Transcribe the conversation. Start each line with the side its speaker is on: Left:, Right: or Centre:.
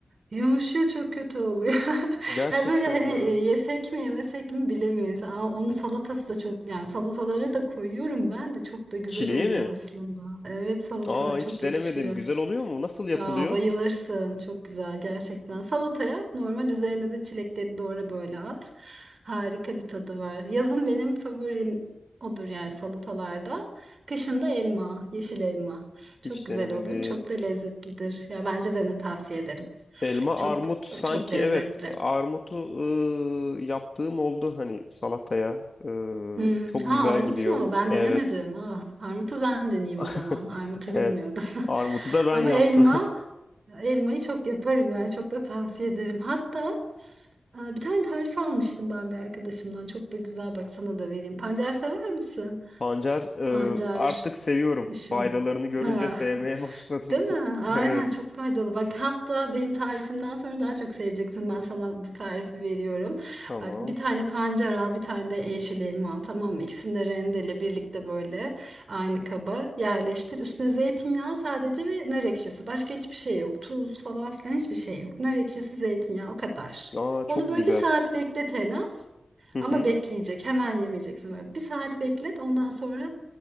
Right: yumuşuyor çok kötü oluyor. <laughs>
Left: Gerçekten
Right: Ya böyle hani
Left: ya.
Right: e, yesek mi yemesek mi bilemiyoruz. Aa, onun salatası da çok yani salataları da koyuyorum ben de çok da güzel
Left: Çileği
Right: oluyor
Left: mi?
Right: aslında. Evet salata
Left: Aa
Right: çok
Left: hiç denemedim.
Right: yakışıyor.
Left: Güzel oluyor mu? Nasıl yapılıyor?
Right: Aa, bayılırsın. Çok güzel gerçekten. Salata yap. Normal üzerine de çilekleri doğra böyle at. Harika bir tadı var. Yazın benim favorim odur yani salatalarda. Kışın da elma, yeşil elma. Çok
Left: Hiç
Right: güzel
Left: denemedim.
Right: olur. Çok da lezzetlidir. Ya bence dene tavsiye ederim.
Left: Elma,
Right: Çok
Left: armut sanki
Right: çok lezzetli.
Left: evet armutu ıı, yaptığım oldu hani salataya. Iı,
Right: Hmm.
Left: çok
Right: Aa,
Left: güzel
Right: armut
Left: gidiyor.
Right: mu? Ben
Left: Evet.
Right: denemedim. Ah, armutu ben deneyeyim
Left: <laughs>
Right: o zaman. Armutu
Left: Evet.
Right: bilmiyordum. <laughs>
Left: Armutu da ben
Right: Ama
Left: yaptım.
Right: elma, elmayı çok yaparım yani çok da tavsiye ederim. Hatta Aa, bir tane tarif almıştım ben bir arkadaşımdan. Çok da güzel bak sana da vereyim. Pancar sever misin?
Left: <laughs> Pancar ıı,
Right: Pancar
Left: artık seviyorum.
Right: kışın.
Left: Faydalarını görünce
Right: Ha.
Left: sevmeye
Right: <laughs>
Left: başladım.
Right: Değil mi?
Left: <laughs>
Right: Aynen
Left: Evet.
Right: çok faydalı. Bak hatta benim tarifimden sonra daha çok seveceksin. Ben sana bu tarifi veriyorum.
Left: Tamam.
Right: Bak bir tane pancar al, bir tane de yeşil elma al. Tamam mı? İkisini de rendele birlikte böyle aynı kaba yerleştir. Üstüne zeytinyağı sadece ve nar ekşisi. Başka hiçbir şey yok. Tuz falan filan hiçbir şey yok. Nar ekşisi, zeytinyağı o kadar.
Left: Aa çok
Right: Onu böyle
Left: güzel.
Right: bir saat beklet en az.
Left: Hı
Right: Ama
Left: hı.
Right: bekleyecek. Hemen yemeyeceksin. Böyle bir saat beklet. Ondan sonra